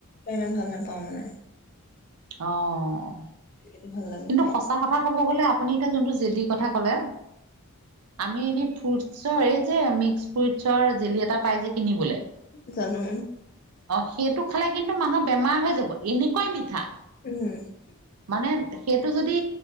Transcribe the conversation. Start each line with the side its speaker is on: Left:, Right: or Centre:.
Left: ইমান ভাল নাপাও মানে।
Right: অ'
Left: সেইটো ভাল লাগে
Right: কিন্তু
Left: খাই
Right: সঁচা কথা ক'ব ক'ব গলে আপুনি এতিয়া যোনটো জেলীৰ কথা ক'লে আমি এনেই ফ্ৰুটছৰ এই যে মিক্স ফ্ৰুটছৰ জেলি এটা পাই যে। কিনিবলে
Left: জানো।
Right: অ' সেইটো খালে কিন্তু মানুহ বেমাৰ হৈ যাব এনেকুৱাই মিঠা।
Left: উম।
Right: মানে সেইটো যদি